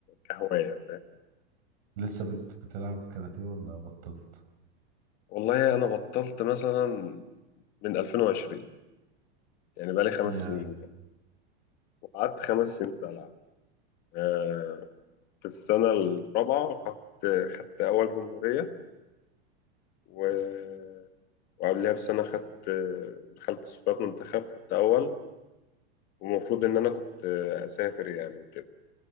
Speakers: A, on the left; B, on the right.
A: كهواية فاهم
B: لسه بت... بتلعب كاراتيه ولا بطلت؟
A: والله أنا بطلت مثلا من 2020 يعني بقالي خمس
B: يا
A: سنين وقعدت خمس سنين بلعب في السنة الرابعة خدت خدت أول جمهورية و- وقبلها بسنة خدت دخلت صفات منتخب خدت أول ومفروض إن أنا كنت أسافر يعني وكده